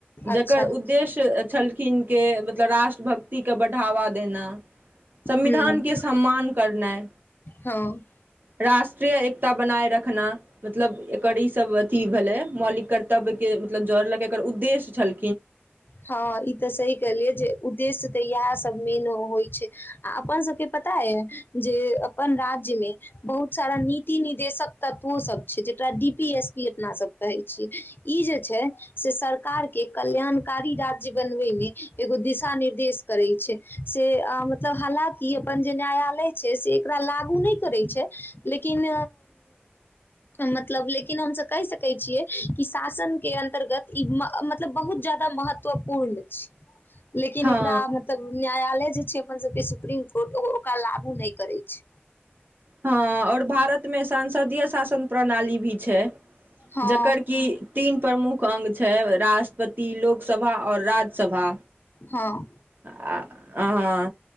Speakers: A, on the left (about 55°); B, on the right (about 55°).
A: अच्छा
B: जकर उद्देश्य छलखिन के मतलब राष्ट्रभक्ति के बढ़ावा देना। विधान
A: हूँ
B: के सम्मान करनाय,
A: हँ
B: राष्ट्रीय एकता बनाए रखना मतलब एकर ई सब अथी भेलै मौलिक कर्तव्य के मतलब जोड़लके एकर उद्देश्य छल
A: हाँ इ तऽ सही कहलियै जे उ द्देश्य तऽ इहाए सब मेन होय छै आ अपन सबके पता ए जे अपन राज्य मे बहुत सारा नीति निदेशक तत्वो सब छै, जेकरा डी पी एस पी अपना सब कहै छी, इ जे छै से सरकार के कल्याणकारी राज्य बनबै मे एगो दिशा निर्देश करै छै से आ मतलब हालाँकि अपन जे न्यायालय छै से एकरा लागू नै करै छै, लेकिन मतलब लेकिन हम सब कैह सकै छियै कि शासन के अन्तर्गत इ म म मतलब बहुत ज्यादा महत्वपूर्ण छै। लेकिन
B: हँ
A: एकरा मतलब न्यायालय जे छै। अपन सबके सुप्रीम कोर्ट ओ ओकरा लागू नै करै छै।
B: हाँ और भारत मे सांसदीय शासन प्रणाली भी छै।
A: हँ
B: जकर कि तीन प्रमुख अंग छै राष्ट्र पति, लोकसभा और राज्यसभा।
A: हां।
B: आ अहां